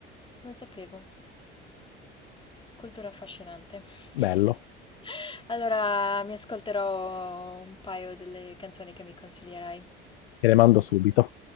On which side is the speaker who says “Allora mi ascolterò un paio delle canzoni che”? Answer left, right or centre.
Left